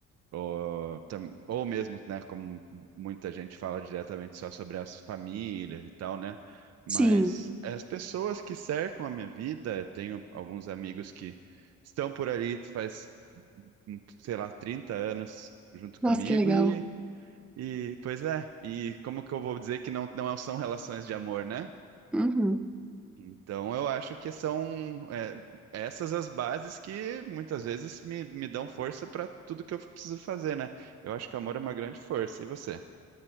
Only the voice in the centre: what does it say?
Sim.
Nossa,
que legal.
Uhum.